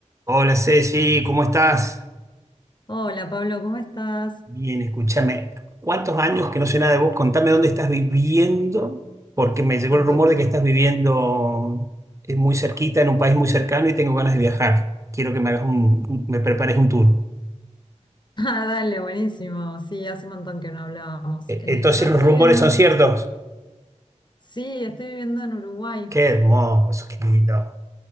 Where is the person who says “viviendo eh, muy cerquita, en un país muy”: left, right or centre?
Right